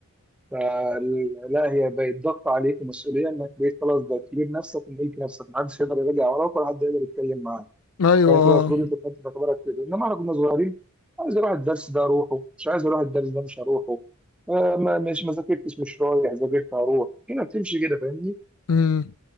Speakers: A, in the centre; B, on the left.
A: فلا هي بقت ضغط عليك ومسؤوليه انك بقيت خلاص بقيت كبير نفسك وملك نفسك محدش يقدر يراجع وراك ولا حد يقدر يتكلم معاك
B: ايوه
A: فانت
B: آه.
A: المفروض انت كنت في اعتبارك كده انما احنا كنا صغيرين عايز اروح الدرس ده اروحه مش عايز اروح الدرس ده مش هروحه آه، ما مش ما ذاكرتش مش رايح ذاكرت هروح كده بتمشي كده فاهمني
B: امم